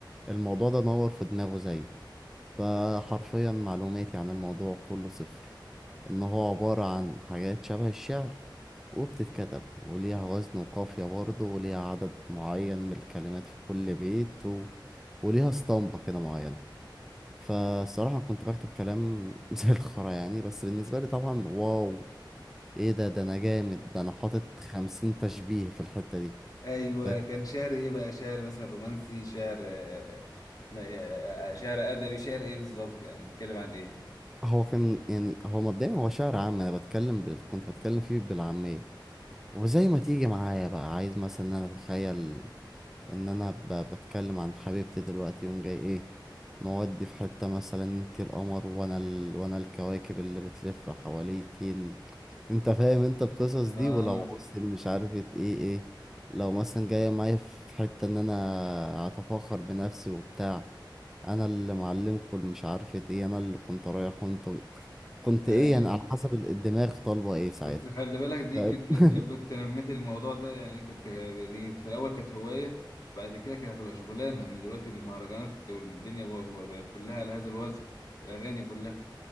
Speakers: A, in the centre; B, on the left (about 50°).
A: الموضوع ده نور في دماغه زيي فحرفيا معلوماتي عن الموضوع كله صفر ان هو عبارة عن حاجات شبه الشعر وبتتكتب وليها وزن وقافية برضه وليها عدد معين من الكلمات في كل بيت و... وليها اسطمبة كده معينة فالصراحة كنت بكتب كلام <laughs> زي الخرا يعني بس بالنسبة لي طبعا واو ايه ده ده انا جامد ده انا حاطط خمسين تشبيه في الحتة دي
B: ايوه
A: فاهم
B: كان شعر ايه بقى شعر مثلا رومانسي شعر آه، ما- آه، آه، شعر ادبي شعر ايه بالظبط يعني بتتكلم عن ايه
A: هو كان يعني هو مبدئيا هو شعر عام انا بتكلم بال... كنت بتكلم فيه بالعامية وزي ما تيجي معايا بقى عايز مثلا إن انا اتخيل ان انا ب- بتكلم عن حبيبتي دلوقتي يوم جاي ايه مودي في حتة مثلا انت القمر وانا ال... وانا الكواكب اللي بتلف حواليكي ال... انت فاهم انت القصص
B: اه
A: دي ولو عوزت مش عارفة ايه ايه لو مثلا جاية معايا في حتة ان انا اتفاخر بنفسي وبتاع انا اللي معلمكم مش عارفة ايه انا اللي كنت رايح وانت كنت
B: اي
A: ايه يعني على حسب الدماغ طالبة ايه ساعتها
B: بس خلي بالك دي
A: فاهم؟
B: كانت
A: <laughs>
B: انت لو كنت نميت الموضوع ده يعني كنت دي في الاول كانت هوايه بعد كده كانت هتبقى شغلانه لان دلوقتي المهرجانات والدنيا بق- بق- بقت كلها على هذا الوزن الاغاني كلها